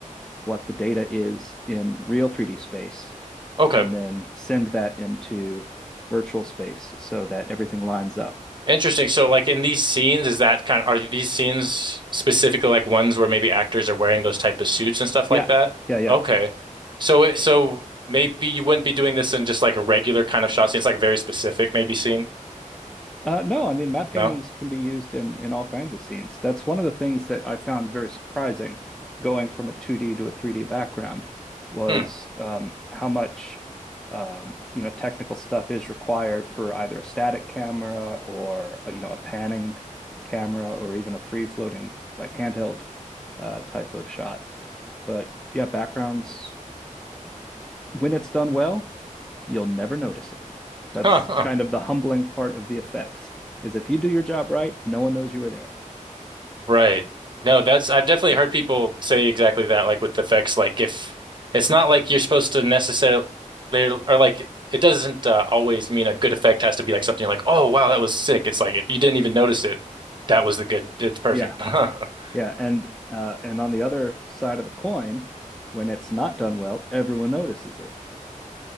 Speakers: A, in the centre; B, on the right.
A: what the data is in real 3D space
B: Okay.
A: and then send that into virtual space so that everything lines up.
B: Interesting. So, like in these scenes, is that kind of, are these scenes specifically like ones where maybe actors are wearing those type of suits and stuff
A: Yeah,
B: like that?
A: yeah, yeah.
B: Okay. So it, so maybe you wouldn't be doing this in just like a regular kind of shot scene. It's like a very specific maybe scene.
A: Uh, no,
B: Uh,
A: I mean matte paintings
B: No?
A: can be used in in all kinds of scenes. That's one of the things that I found very surprising, going from a 2D to a 3D background, was
B: Hmm.
A: um, how much um, you know technical stuff is required for either a static camera or uh, you know a panning camera or even a free floating like handheld uh, type of shot. But yeah, backgrounds when it's done well you'll never notice it. That's
B: Huh.
A: kind of the humbling part of VFX is if you do your job right, no one knows you were there.
B: Right. No, that's I've definitely heard people say exactly that, like with effects, like if it's not like you're supposed to necessarily they are like it doesn't uh, always mean a good effect has to be like something like, oh wow, that was sick. It's like if you didn't even notice it, that was the good. It's perfect.
A: Yeah,
B: <laughs>
A: yeah, and uh, and on the other side of the coin, when it's not done well, everyone notices it.